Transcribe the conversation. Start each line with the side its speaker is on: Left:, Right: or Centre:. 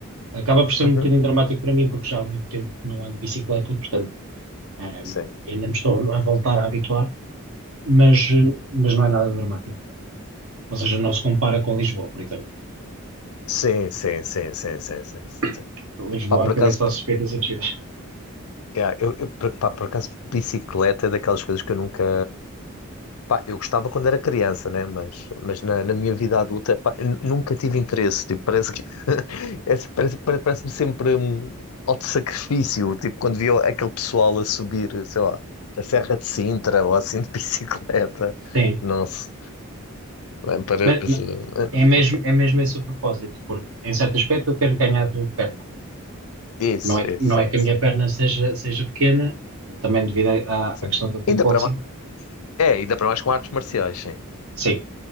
Right: Acaba por ser
Left: Uhum.
Right: um bocadinho dramático para mim, porque já há muito tempo que não ando de bicicleta, portanto Um,
Left: Sim.
Right: ainda me estou a voltar a habituar, mas, mas não é nada dramático. Ou seja, não se compara com Lisboa, por exemplo.
Left: Sim, sim, sim, sim, sim, sim, sim.
Right: <coughs> Lisboa,
Left: Pá, por
Right: aquilo
Left: acaso,
Right: é só subidas e descidas.
Left: yeah, eu, eu- por- pá, por acaso, bicicleta é daquelas coisas que eu nunca. Pá, eu gostava quando era criança, né? Mas, mas na, na minha vida adulta, pá, eu nu- nunca tive interesse. Tipo, parece que. <laughs> é- parece, pare- parece-me sempre um alto sacrifício. Tipo, quando via aquele pessoal a subir, sei lá, a Serra de Sintra ou assim de <laughs> bicicleta.
Right: Sim,
Left: Nossa, é, parece.
Right: mas, mas
Left: é,
Right: é mesmo,
Left: Não sei.
Right: é mesmo esse o propósito, porque em certo aspecto eu quero ganhar perna.
Left: Isso,
Right: Não é,
Left: isso,
Right: não é
Left: sim,
Right: que a
Left: sim.
Right: minha perna seja, seja pequena, também devido à, à
Left: sim.
Right: questão do kickboxing.
Left: Ainda para, É, ainda para mais com artes marciais, sim.
Right: Sim,